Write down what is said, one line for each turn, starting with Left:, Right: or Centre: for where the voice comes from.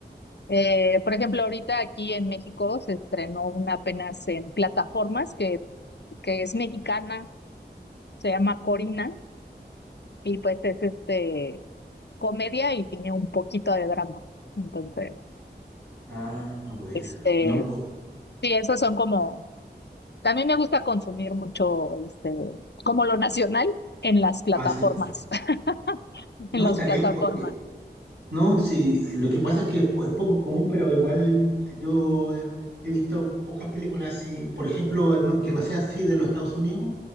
Left: eh, por ejemplo, ahorita aquí en México se estrenó una apenas en plataformas que, que es mexicana, se llama Corina, y pues es este comedia y tiene un poquito de drama. Entonces,
Right: ah, buena,
Left: este,
Right: no, pues,
Left: sí, esos son como También me gusta consumir mucho, este, como lo nacional en las plataformas,
Right: hace, po.
Left: <laughs>
Right: No,
Left: en las
Right: está
Left: plataformas.
Right: bien, porque No, sí, lo que pasa es que es, po- es poco común, pero igual yo he, he visto pocas películas así, por ejemplo, no, que no sea así de los Estados Unidos,